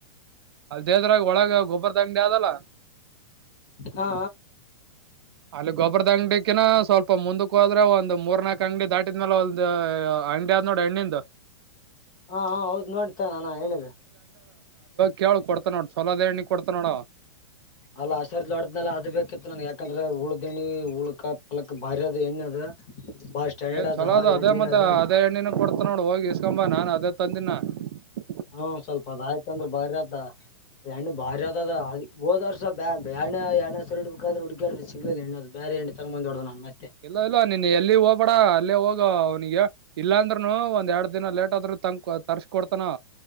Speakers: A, on the right; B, on the left.
A: ಅಲ್ ದೇದ್ರಾಗ ಒಳಗ ಗೊಬ್ಬರದಂಗಡಿ ಆದಲ್ಲ
B: ಹಾ
A: ಅಲ್ಲಿ ಗೊಬ್ಬರದ ಅಂಗಡಿಿಕಿಿನ ಸ್ವಲ್ಪ ಮುಂದಕ್ಕೆ ಹೋದ್ರೆ ಒಂದ್ ಮೂರ್ ನಾಲ್ಕ್ ಅಂಗಡಿ ದಾಟಿದ್ಮೇಲೆ ಒಂದು ಅಂಡಡಿ ಆದ ನೋಡಿ ಹಣ್ಣಿಂದ
B: ಹಾ ಹೌದ್ ನೋಡ್ತ ನಾನ ಹೇಳಿದೆ
A: ಕೇಳು ಕೊಡ್ತ ನೋಡು ಚಛಲೋದ ಎಣ್ಣಿ ಕೊಡ್ತ ನೋಡ
B: ಅಲ್ಲ ಹಸರ್ಾಡ್ದ್ನಲ್ಲ ಅದ ಬೇಕಿತ್ತು ನನ್ಗೆ ಯಾಕಂದ್ರೆ ಉಳ್ದಣ್ಣಿ ಉಳ್ಕ <unintelligible> ಅಲಕ್ ಬಾರಿ ಅದ ಎಣ್ಣೆ ಅದ ಬಾರಿ ಸ್ಟ್ಯಾಂಡರ್ಡ್
A: ಏ
B: ಅದ
A: ಚಲೋ
B: ಎಣ್ಣೆ
A: ಮತ್ತ
B: ಅದೇ <unintelligible>
A: ಎಣ್ಣಿನ ಕೊಡ್ತ ನೋಡ್ ಹೋಗಿ ಇಸ್ಕೊಂಬಾ ನಾನ್ ಅದೇ ತಂದಿನ <unintelligible>
B: ಹ್ಮ ಸ್ವಲ್ಪ ಅದ ಆಯ್ತ ಅಂದ್ರೆ ಬಾರಿ ಆತ <unintelligible> ಹೆಣ್ಣು ಬಾರಿ ಅದ ಅ ಹೋದ್ರುಸ ಬ ಬಣ್ಣ ಎಣ್ಣ ಸರ್ ಹಡ್ಬೇಕಾದ್ರೆ ಹುಡುಗಾಡ ಸಿಗ್ಲಿಲ್ಲ ಹೆಣ್ಣ್ ಬ <unintelligible> ಎಂಟು ತರ ಮಂದಿ <unintelligible>
A: ಇಲ್ಲ ಇಲ್ಲ ನೀನ್ ಎಲ್ಲಿ ಹೋಗ್ಬೇಡ - ಅಲ್ಲೇ ಹೋಗ ಅವನಿಗೆ ಇಲ್ಲಾ ಅಂದ್ನು ಒಂದ್ ಎರಡ್ ದಿನ ಲೇಟ್ ಆದ್ರ ತ ತರ್ಶ ಕೊಡ್ತಾನೊ